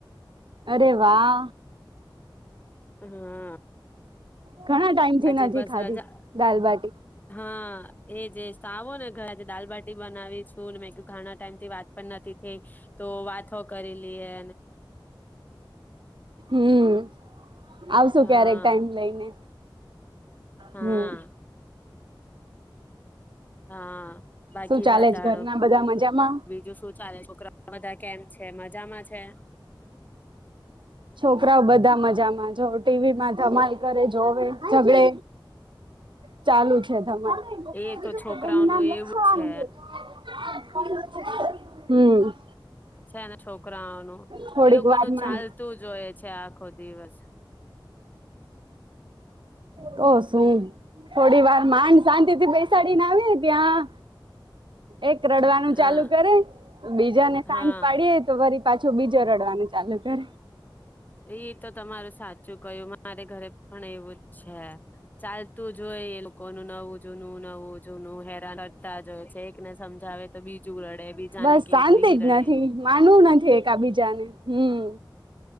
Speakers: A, on the right (about 70°); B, on the left (about 20°).
A: અરે વાહ
B: હા.
A: ઘણા ટાઈમ થી
B: આજે
A: નથી
B: બસ
A: ખાધી
B: રજા
A: દાલબાટી.
B: હા એ જે સ આવો ને ઘરે. દાલબાટી બનાવી છું મે ઘણા ટાઈમ થી વાત પણ નથી થઈ તો વાતો ઓ કરી લઈએ.
A: હમ્મ આવશુ
B: હા
A: ક્યારેક ટાઈમ લઈને.
B: હા
A: હમ્મ
B: હા બાકી
A: શું ચાલે
B: બતાડો
A: છે ઘરના બધા મજામાં
B: બીજું શું ચાલે છોકરા બધા કેમ છે મજામાં છે.
A: છોકરાઓ બધા મજામાં જો. ટીવી માં જમાલ કરે જોવે ઝગડે. ચાલુ. <unintelligible>
B: એ તો છોકરાઓનું એવું છે
A: હમ.
B: છે ને છોકરાઓનું
A: થોડીક
B: એ લોકો
A: વારમાં
B: ન ચાલતું જ હોય છે આ. આખો દિવસ.
A: તો સુ થોડી વાર. માંડ શાંતિથી બેસાડીને આવીએ ત્યાં એક રડવાનું
B: હા
A: ચાલુ કરે, બીજા ને સાંત
B: હા
A: પાડીએ તો વરી પાછો બીજો રડવાનું ચાલુ કરે.
B: એ તો તમારું સાચું કયું. મારે ઘરે પણ એવું જ છે. ચાલતું જ હોય. એ લોકો ન નવુંજુનું નવુજુંનું. હેરાન જ કરતા હોય છે એકને સમજાવે તો બીજું રડે બીજાને
A: બસ
B: કે
A: શાંતિ
B: તો ઈ
A: જ
B: રડે
A: નથી માનવું નથી, એકાબીજાને. હમ.